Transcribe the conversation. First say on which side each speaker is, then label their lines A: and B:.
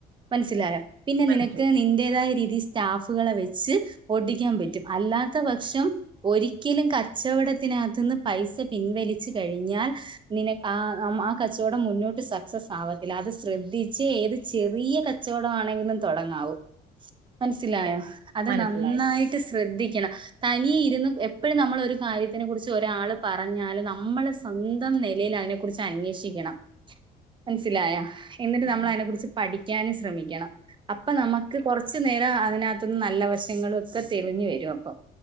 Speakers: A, on the right; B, on the right.
A: മനസ്സിലായ പിന്നെ
B: മനസ്സിലായി
A: നിനക്ക് നിന്റേതായ രീതിൽ സ്റ്റാഫുകളെ വെച്ച് ഓട്ടിക്കാൻ പറ്റും അല്ലാത്ത പക്ഷം. ഒരിക്കലും കച്ചവടത്തിനകത്ത്ന്ന് പൈസ പിൻവലിച്ച് കഴിഞ്ഞാൽ നിന ആ ആ കച്ചവടം മുന്നോട്ട് സക്സസ് ആവത്തില്ല അത് ശ്രദ്ധിച്ച് ഏത് ചെറിയ കച്ച് കച്ചൊവടം ആണെങ്കിലും തൊടങ്ങാവൂ. മനസ്സിലായോ
B: അതെ
A: അത്
B: മനസ്സിലായി
A: നന്നായിട്ട് ശ്രദ്ധിക്കണം തനി എപ്പോഴും നമ്മൾ ഒരു കാര്യത്തിനെ കുറിച്ച് ഒരാള് പറഞ്ഞാലും നമ്മള് സ്വന്തം നിലയിൽ അതിനെ കുറിച്ച് അന്വേഷിക്കണം മനസ്സിലായ എന്നിട്ട്
B: ഉം
A: നമ്മള് അയിനെ കുറിച്ച് പഠിക്കാനും ശ്രമിക്കണം. അപ്പൊ നമുക്ക് കുറച്ചു നേരം അതിനകത്ത്ന്ന് നല്ല വശങ്ങള ഒക്കെ തെളിഞ്ഞു വരും അപ്പൊ